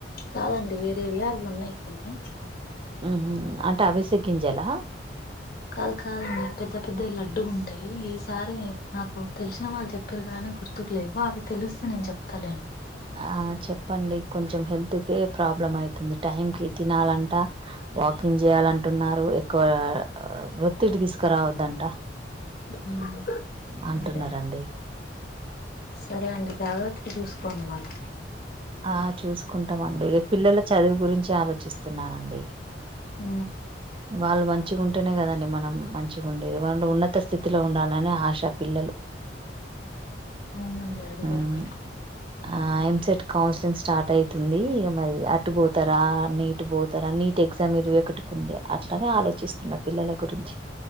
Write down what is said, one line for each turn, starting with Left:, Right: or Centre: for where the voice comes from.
Left: కాదండి వేరేవి అవున్నయి కొన్ని
Right: ఊహు అంటే అవిసె గింజలా
Left: కాదు కాదండి పెద్ద పెద్ద లడ్డు గుంటాయి ఈసారి నాకు తెలిసిన వాళ్ళు చెప్పిరు గుర్తుకు లేవు అవి తెలిస్తే నేను చెప్తాలేండి
Right: ఆ చెప్పండి కొంచెం హెల్త్కే ప్రాబ్లం అయితుంది టైం కి తినాలంట వాకింగ్ జెయాలంటున్నారు ఎక్కువ ఒత్తిడి తీస్ రావద్దంట
Left: ఉమ్,
Right: అంటురన్నండి
Left: అదే సరే అండి జాగ్రత్తగ చూసుకోండి మరి
Right: ఆ చూసుకుంటమండి పిల్లల చదువు గురించి ఆలోచిస్తున్నానండి
Left: ఊ
Right: వాళ్ళు మంచిగుంటేనే గదండి మనం మంచి గుండేది వండ్ ఉన్నత స్థితిలో ఉండాలనే ఆశ పిల్లలు
Left: అవునండీ అది
Right: ఉమ్
Left: గుడ కరెక్ట్
Right: ఆ ఎంసెట్ కౌన్సిలింగ్ స్టార్ట్ అయితుంది ఇగ మరి అటు బోతరా నీట్ బోతారా నీట్ ఎ ఎగ్జామ్ ఇరవై ఒకటికుంది అట్లనే ఆలోచిస్తున్నా పిల్లల గురించి